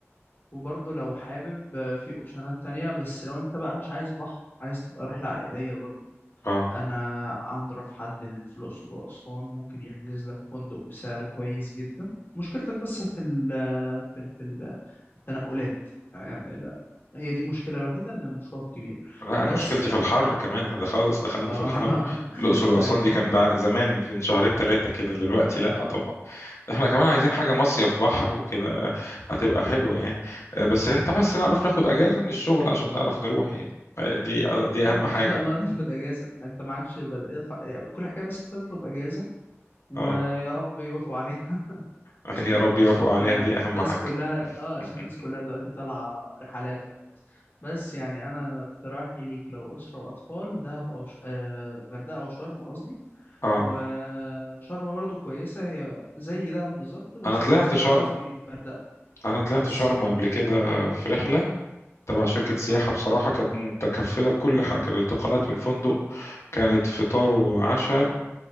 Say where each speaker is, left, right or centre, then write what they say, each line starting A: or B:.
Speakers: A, on the left; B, on the left.
A: وبرضه لو حابب آه، في أوبشنات تانية بس لو أنت بقى مش عايز بحر عايز تبقى رحلة عائلية برضه
B: اه
A: انا اعرف حد هنا في الاقصر واسوان ممكن يحجز لك فندق بسعر كويس جدا مشكلتك بس في ال في ال في ال- التنقلات يعني لا- هي دي المشكله الوحيده ان المشوار كبير
B: لا
A: بس
B: انا مشكلتي
A: لو
B: في الحر كمان احنا خلاص دخلنا
A: اه
B: في الحر الاقصر واسوان
A: <laughs>
B: دي كان
A: ايوه
B: بع- زمان من شهرين ثلاثه كده دلوقتي لا
A: اه
B: طبعا احنا كمان عايزين
A: لا
B: حاجه مصيف بحر وكده هتبقى حلوه يعني آه، بس انت بس نعرف ناخد اجازه من الشغل عشان نعرف نروح يعني آه، دي دي
A: لا
B: اهم
A: ان
B: حاجه
A: شاء الله ناخد اجازه انت معكش بد... كل حكايه بس تطلب اجازه ويا
B: اه
A: رب يوافقوا عليها
B: هي
A: <laughs>
B: يا رب
A: عشان
B: يوفق عليها
A: آه،
B: دي اهم
A: الناس
B: حاجه
A: كلها
B: <laughs>
A: اه عشان الناس كلها دلوقتي طالعة رحلات وهكذا. بس يعني انا اقتراحي ليك لو اسرة واطفال دهب او ش... آه غردقة او شرم قصدي
B: اه
A: وشرم برضو كويسة هي زي دهب بالظبط بس
B: انا طلعت
A: زي
B: شرم
A: قصدي غردقة
B: انا طلعت
A: بس
B: شرم قبل كده في رحله تبع شركة سياحة
A: اه
B: بصراحة كانت متكفلة بكل حاجة بالانتقالات والفندق كانت فطار وعشاء